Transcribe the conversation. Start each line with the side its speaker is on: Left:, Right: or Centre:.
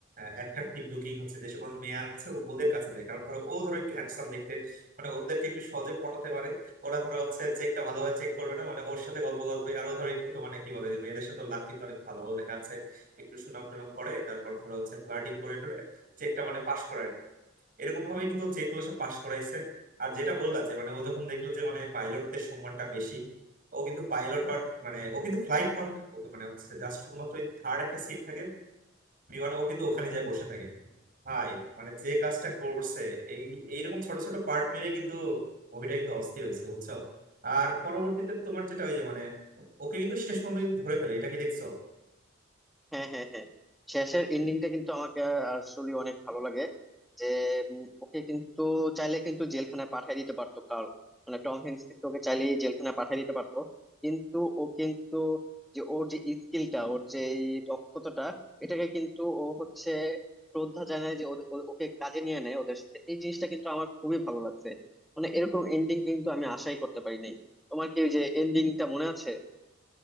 Right: অ্যাট্রাকটিভ লুকিং হচ্ছে যে সকল মেয়ে আছে ও- ওদের কাছে যায় কারণ ধরো ও ধরো একটু হ্যান্ডসাম দেখতে মানে ওদেরকে একটু সহজে পটাতে পারে ওরা ধরো হচ্ছে চেকটা ভালোভাবে চেক করবে না মানে ওর সাথে গল্প গল্পে আর ও ধরো একটু তো মানে কি বলে যে মেয়েদের সাথে লাভ কিন্তু অনেক ভালো ও দেখা যাচ্ছে একটু সুনাম টুনাম করে তারপর ধরো হচ্ছে ফ্লার্টিং করে টোরে চেকটা মানে পাশ করে এরকম ভাবে কিন্তু হচ্ছে এগুলো সব পাশ করাইছে আর যেটা বললা যে মানে ও যখন দেখলো যে মানে পাইলটদের সম্মানটা বেশি ও কিন্তু পাইলট হওয়ার মানে ও কিন্তু ফ্লাইট করে না ও তো মানে হচ্ছে জাস্ট শুধুমাত্র ওই থার্ড একটা সিট থাকে বিমানে ও কিন্তু ওখানে যায় বসে থাকে ভাই মানে যে কাজটা করছে এই এইরকম ছোট ছোট পার্ট মিলে কিন্তু মুভিটা কিন্তু অস্থির হয়েছে বুঝছো আর পরবর্তীতে তোমার যেটা ওই যে মানে ওকে কিন্তু শেষ পর্যন্ত কিন্তু ধরে ফেলে এটা কি দেখছো
Centre: হ্যাঁ হ্যাঁ হ্যাঁ শেষের এন্ডিংটা কিন্তু আমাকে আসলে অনেক ভালো লাগে যে উম, ওকে কিন্তু চাইলে কিন্তু জেলখানায় পাঠিয়ে দিতে পারতো কার্ল মানে টম হ্যাঙ্কস কিন্তু ওকে চাইলে জেলখানায় পাঠিয়ে দিতে পারতো কিন্তু ও কিন্তু যে ওর যে স্কিলটা ওর যে এই দক্ষতাটা এটাকে কিন্তু ও হচ্ছে শ্রদ্ধা জানায় যে ওদে- ও- ওকে কাজে নিয়ে নেয় ওদের সাথে এই জিনিসটা কিন্তু আমার খুবই ভালো লাগছে মানে এরকম এন্ডিং কিন্তু আমি আশাই করতে পারিনি তোমার কি ওই যে এন্ডিংটা মনে আছে